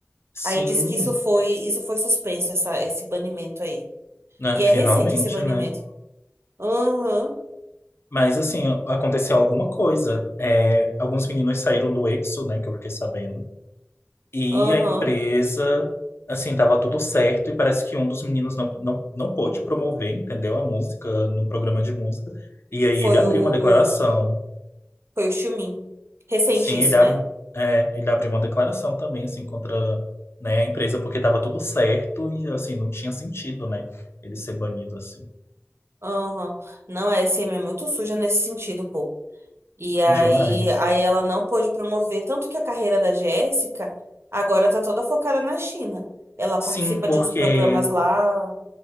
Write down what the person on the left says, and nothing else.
Sim.
Né,
finalmente,
né?
Mas assim, aconteceu alguma coisa. É, alguns meninos saíram do EXO, né, que eu fiquei sabendo. E
a empresa, assim, tava tudo certo, e parece que um dos meninos não, não, não pôde promover, entendeu? A música num programa de música. E aí
ele abriu
uma declaração.
Sim,
ele, ab-
é, ele abriu uma declaração também, assim, contra, né, a empresa, porque tava tudo certo e, assim, não tinha sentido, né? Ele ser banido, assim.
Demais.
Sim,
porque